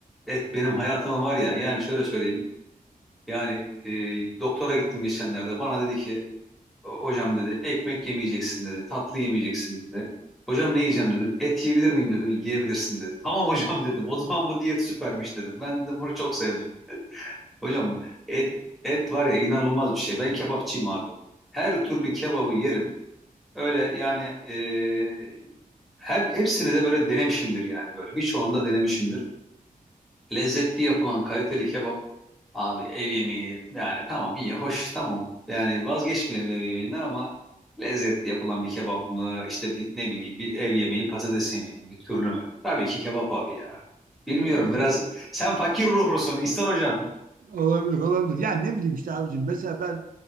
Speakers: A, in the centre; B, on the right.
A: Et benim hayatımın var ya. Yani şöyle söyleyeyim. Yani e, doktora gittim geçenlerde. Bana dedi ki hocam dedi ekmek yemeyeceksin dedi. Tatlı yemeyeceksin dedi. Hocam ne yiyeceğim dedim. Et yiyebilir miyim dedim. Yiyebilirsin dedi. Tamam hocam <laughs> dedim. O zaman bu diyet süpermiş dedim. Ben dedim bunu çok sevdim. Hocam et et var ya inanılmaz bir şey. Ben kebapçıyım abi. Her türlü kebabı yerim. Öyle yani e, her hepsini de böyle denemişimdir yani böyle. Birçoğunu da denemişimdir. Lezzetli yapılan kaliteli kebap abi ev yemeği yani tamam iyi hoş tamam. Yani vazgeçmeyelim ev yemeğinden ama lezzetli yapılan bir kebap mı işte bir, ne bileyim bir ev yemeği patates yemeği mi bir türlü mü? Tabii ki kebap abi ya. Bilmiyorum
B: Nedense
A: biraz
B: işte,
A: sen fakir ruhlusun İhsan hocam.
B: olabilir olabilir. Yani ne bileyim işte abicim. Mesela ben